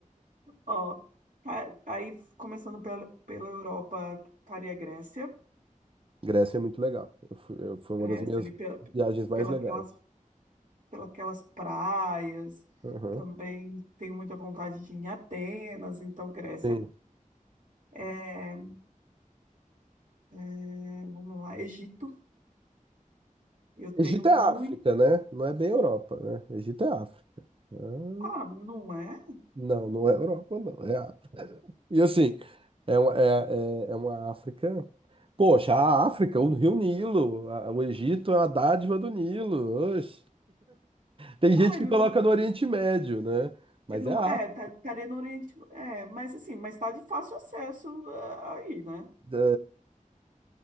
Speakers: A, on the right; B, on the right.
A: Ó, tá- aí f- começando pela, pela Europa, estaria a Grécia,
B: Grécia é muito legal. Eu fui- eu- foi uma
A: Grécia
B: das minhas
A: ali pela,
B: viagens mais
A: pela
B: legais.
A: aquelas, pela aquelas praias,
B: Aham,
A: também tenho muita vontade de ir em Atenas, então Grécia.
B: Sim.
A: É, é, vamos lá, Egito, eu tenho
B: Egito
A: muito,
B: é África, né? Não é bem Europa, né? Egito é África. Ah,
A: ah, não é?
B: não, não é Europa, não. É África. E assim, é, uma- é, é é uma África. Poxa, a África, o Rio Nilo, a- o Egito é uma dádiva do Nilo. oxe. Tem gente
A: Ai,
B: que
A: não
B: coloca no Oriente Médio, né? Mas
A: não-
B: é a
A: é,
B: África.
A: tá- estaria no Oriente, é, mas assim, mas tá de fácil acesso ah, aí, né?
B: É,